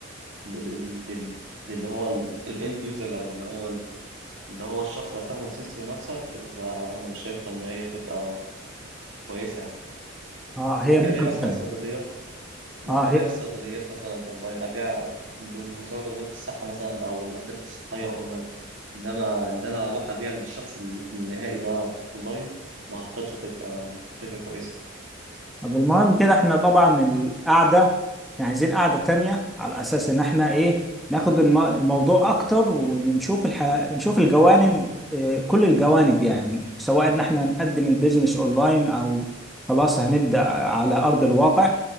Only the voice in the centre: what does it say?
اه هي
ممكن
فعلا
اه
هي
طب المهم كده احنا طبعا القعدة احنا عايزين قعدة تانية على أساس إن احنا إيه ناخد الم- الموضوع أكتر ونشوف الح... نشوف الجوانب اه كل الجوانب يعني سواء إن احنا نقدم البيزنس أونلاين أو خلاص هنبدأ على أرض الواقع